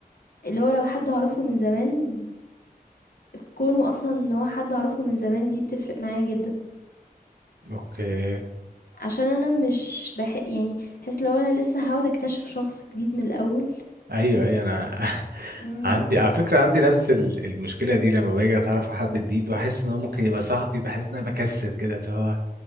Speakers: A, on the left (about 70°); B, on the right (about 80°).
A: اللي هو لو حد اعرفه من زمان بكونه اصلا ان هو حد اعرفه من زمان دي بتفرق معايا جدا
B: اوكي
A: عشان انا مش بح يعني بحس لو انا لسه هقعد اكتشف شخص جديد من الاول
B: ايوه ايوه انا <laughs>
A: مم.
B: عندي على فكرة عندي نفس ال- المشكلة دي لما باجي اتعرف على حد جديد واحس ان هو ممكن
A: مم.
B: يبقى صاحبي بحس ان انا بكسل كده اللي هو